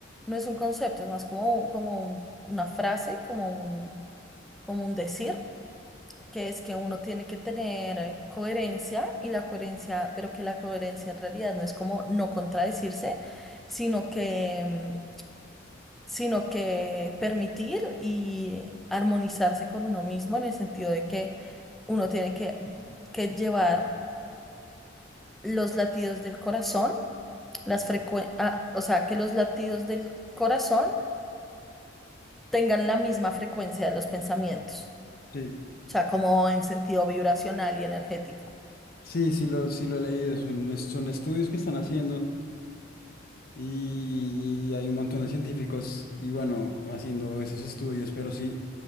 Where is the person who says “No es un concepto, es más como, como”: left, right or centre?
Centre